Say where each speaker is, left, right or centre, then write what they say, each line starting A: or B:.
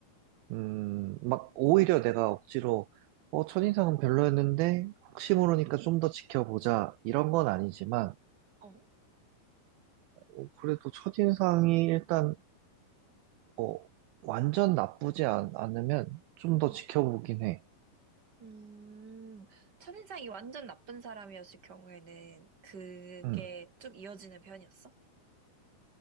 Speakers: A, on the right; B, on the right.
A: 음, 막, 오히려 내가 억지로, 어, 첫인상은 별로였는데, 혹시 모르니까 좀 더 지켜보자, 이런 건 아니지만,
B: 어,
A: 어, 그래도 첫인상이 일단, 뭐 완전 나쁘지 않, 않으면 좀 더
B: 음,
A: 지켜보긴 해.
B: 음, 첫인상이 완전 나쁜 사람이었을 경우에는 그게
A: 음.
B: 쭉 이어지는 편이었어?